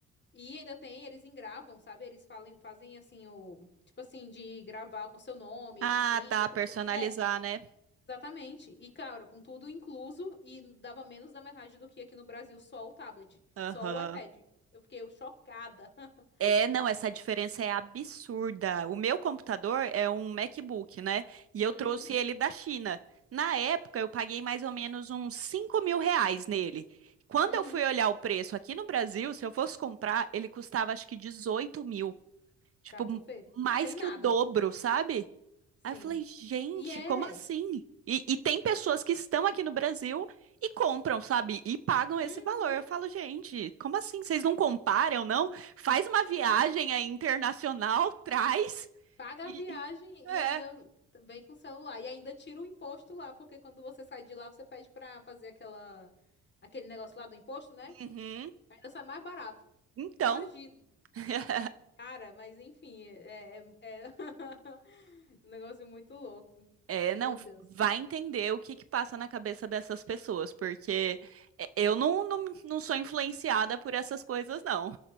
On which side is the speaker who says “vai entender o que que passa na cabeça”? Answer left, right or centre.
Right